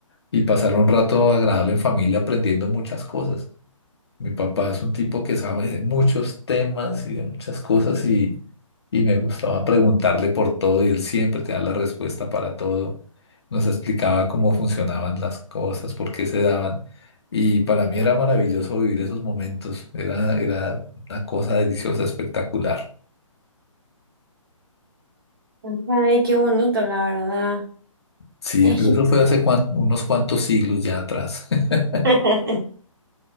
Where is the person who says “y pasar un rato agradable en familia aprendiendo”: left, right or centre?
Left